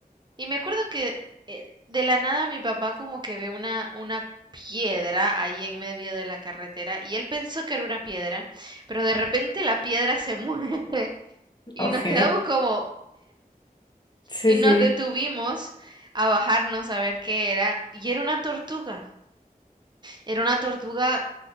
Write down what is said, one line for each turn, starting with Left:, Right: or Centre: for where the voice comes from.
Right: Y me acuerdo que eh, de la nada mi papá como que ve una, una piedra ahí en medio de la carretera y él pensó que era una piedra, pero de repente la piedra se mueve <laughs> y
Left: Ok,
Right: nos quedamos como,
Left: sí,
Right: y nos
Left: sí.
Right: detuvimos a bajarnos a ver qué era, y era una tortuga. Era una tortuga